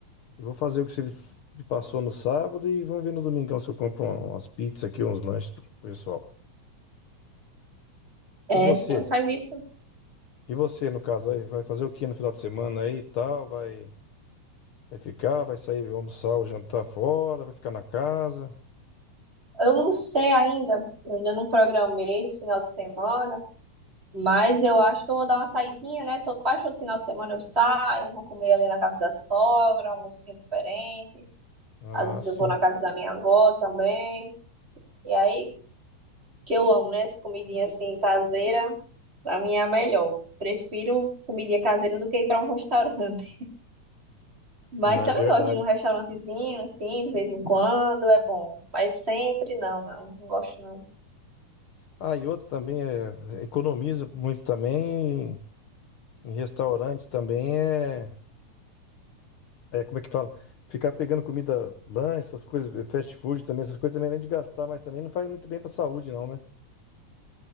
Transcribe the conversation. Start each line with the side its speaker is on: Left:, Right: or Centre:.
Left: E vou fazer o que você me passou no sábado e vamos ver no domingão se eu compro um- umas pizzas aqui, uns lanches pro pro pessoal.
Right: É,
Left: E você?
Right: sim, faz isso.
Left: E você, no caso, aí, vai fazer o que no final de semana aí e tal? Vai, vai ficar, vai sair, vai almoçar ou jantar fora, vai ficar na casa?
Right: Eu não sei ainda, eu ainda não programei esse final de semana, mas eu acho que eu vou dar uma saidinha, né? Todo, quase todo final de semana eu saio, eu vou comer ali na casa da sogra, um almocinho diferente.
Left: Ah,
Right: Às vezes
Left: sim.
Right: eu vou na casa da minha avó também. E aí, que eu amo, né? Essa comidinha assim caseira, pra mim é a melhor. Prefiro comidinha caseira do que ir pra um <laughs> restaurante. Mas
Left: Não, é
Right: também
Left: verdade.
Right: gosto de ir num restaurantezinho, assim, de vez em quando, é bom. Mas sempre não, não, não gosto não.
Left: Ah, e outro também é, economiza muito também em restaurantes também é É, como é que fala? Ficar pegando comida, lanche, essas coisas, eh, fast food também, essas coisas também, além de gastar, mas também não faz muito bem pra saúde, não, né?